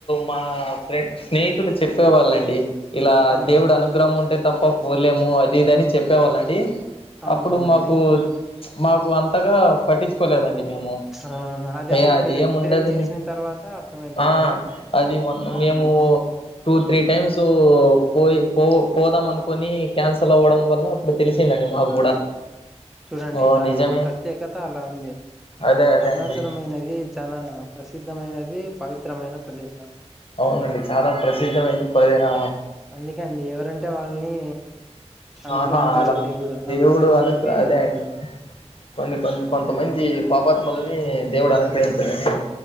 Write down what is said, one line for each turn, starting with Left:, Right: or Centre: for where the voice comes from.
Left: మా ఫ్రెండ్ స్నేహితులు చెప్పే వాళ్ళండి ఇలా
Centre: అవునా
Left: దేవుడు అనుగ్రహం ఉంటే తప్ప పోలేము అది ఇదిని చెప్పేవాళ్ళండి
Centre: అవునవునండి
Left: అప్పుడు మాకు చ్ మాకు అంతగా పట్టించుకోలేదండి మేము
Centre: అవునవును అది
Left: అయ
Centre: అంతా
Left: అదేముండదులె
Centre: మీరు ఎక్స్పీరియన్స్ చేసిన తర్వాత అర్థమైంది
Left: ఆ
Centre: కదండి
Left: అది మొన్న
Centre: అవునండి
Left: మేము టూ త్రీ టైమ్స్ పోయి పో పోదాం అనుకుని క్యాన్సల్ అవ్వడం వల్ల అప్పుడు తెలిసిందండి మాకు కూడా
Centre: చూడండి
Left: ఓ
Centre: దాని
Left: నిజమే
Centre: యొక్క ప్రత్యేకత అలా ఉంది
Left: అదే అదే
Centre: అరుణాచలమైనది
Left: అండి
Centre: చాలా ప్రసిద్ధమైనది పవిత్రమైన ప్రదేశం
Left: అవునండి చాలా ప్రసిద్ధమైనంది పరియా
Centre: అందుకండి ఎవరంటే వాళ్ళని అనుగ్రహించాడు
Left: ఆహా అలా దేవుడు
Centre: అందుకని
Left: అనుగ్ర
Centre: చెప్పి
Left: అదే అండి కొన్ని కొన్ని కొంతమంది పాపాత్ములని దేవుడు అనుగ్రహించడండి